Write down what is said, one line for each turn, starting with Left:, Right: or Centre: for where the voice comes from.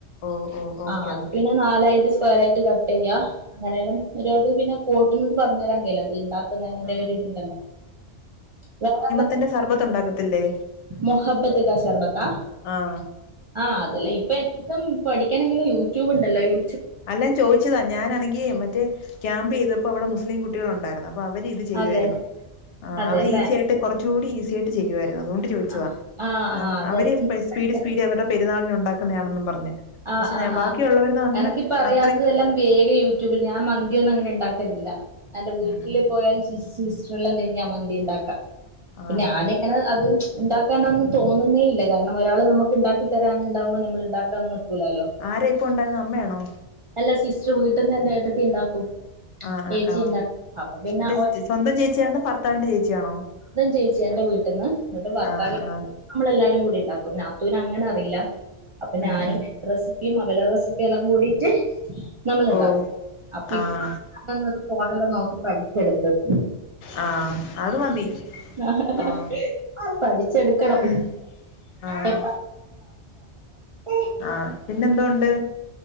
Left: ഓ ഓ ഓക്കെ
Right: ആ അത്
Left: ഓക്കെ
Right: പിന്നെ നാലായിട്ട് സ്ക്വയർ ആയിട്ട് ക ട്ടയ്യ അങ്ങനെല്ലാം ഒരത് പിന്നെ കോട്ടുന്നത് പർഞ്ഞരാൻ കയ്യ്ല അത് എന്താ തിന്നാഞ്ഞിട്ട്
Left: ആഹ്
Right: ഒര് ഇത്ണ്ടല്ലോ <unintelligible>
Left: തന്റെ സർബത്ത് ഉണ്ടാകത്തില്ലേ?
Right: മുഹബത്ത്ക്ക സർബത്താ
Left: ആഹ്
Right: ആ അത് ലയ്പ്പൻ ഉം പഠിക്കണെങ്കിൽ യൂട്യൂബ് ഉണ്ടല്ലോ യൂ
Left: അല്ല ചോയിച്ചതാ ഞാനാണെങ്കി മറ്റേ ക്യാമ്പ് ചെയ്തപ്പോ അവടെ മുസ്ലിം കുട്ടികള് ഉണ്ടായിരുന്നു അ അപ്പ അവര്ത് ചെയ്യുവായിരുന്നു
Right: അതെ
Left: ആ
Right: അതെല്ലേ
Left: അവര് ഈസി ആയിട്ട് കൊറച്ചുകൂടി ഈസി ആയിട്ട് ചെയ്യുവായിരുന്നു അതുകൊണ്ട് ചോദിച്ചതാ
Right: ആഹ് ആഹ് ആഹ്
Left: ഏ
Right: അതെന്താ
Left: അവര് സ്പയ്സ് സ്പീഡ്
Right: പഠിക്കാ
Left: സ്പീഡ് അവര്ടെ പെരുന്നാളിന് ഉണ്ടാക്കുന്നതാണെന്നും പറഞ്ഞ്
Right: ആഹ്
Left: പക്ഷെ
Right: ആഹ് ആഹ്
Left: ബാക്കിയുള്ളവർതും അങ്ങനെ
Right: എനക്കിപ്പ അറിയാത്തതെല്ലാം
Left: അത്രയും
Right: വേഗ യൂട്യൂബിൽ ഞാൻ മന്തിയൊന്നും അങ്ങനെ ഇണ്ടാക്കലില്ല എന്റെ വീട്ടിൽ
Left: ഉം ഉം
Right: പോയാൽ <unintelligible> സിസ്റ്ററല്ലാം തന്നെയാ മന്തി ഇണ്ടാക്കാ
Left: ആഹ്
Right: പിന്നെ ഞാൻ അങ്ങനെ അത് ഇണ്ടാക്കാനെന്ന് തോന്നുന്നേ ഇല്ല കാരണം ഒരാൾ നമുക്ക് ഇണ്ടാക്കി തരാൻ ഇണ്ടാവുമ്പോ നമ്മൾ ഇണ്ടാക്കാന്ന് കുലാലോ
Left: ആരാ ഇപ്പം ഉണ്ടാക്കുന്നത് അമ്മയാണോ?
Right: അല്ല സിസ്റ്റർ വീട്ടിന്ന് എന്റെ ഏട്ടത്തി ഇണ്ടാക്കും.
Left: ആ
Right: ചേച്ചി
Left: ആ ആ
Right: ഇണ്ടാക്കും അപ്പൊ പിന്നെ
Left: മറ്റേ ചെ സ്വന്തം ചേച്ചിയാണോ ഭർത്താവിന്റെ ചേച്ചിയാണോ?
Right: സ്വന്തം ചേച്ചി എന്റെ വീട്ടിന്ന് ഇങ്ങട്ട് ഭർത്താവിന്
Left: ആഹ് ആഹ്
Right: നമ്മളെല്ലാരും കൂടി ഇണ്ടാക്കും നാത്തൂൻ അങ്ങനെ അറിയില്ല അപ്പ ഞാനും
Left: ഉം ഉം
Right: റെസിപ്പിയും അവര റെസിപ്പിയെല്ലാം കൂടിയിട്ട് നമ്മള് ഇണ്ടാക്കും
Left: ഓഹ്
Right: അപ്പി
Left: ആഹ്
Right: <unintelligible> ഫോണിൽ നോക്കി പഠിച്ചെടുത്തത്
Left: ആഹ് അത് മതി
Right: അഹ്
Left: ആഹ്
Right: പഠിച്ചെടുക്കണം
Left: പിൻ ആഹ്
Right: ഏ <unintelligible>
Left: ആ പിന്നെ എന്തുണ്ട്?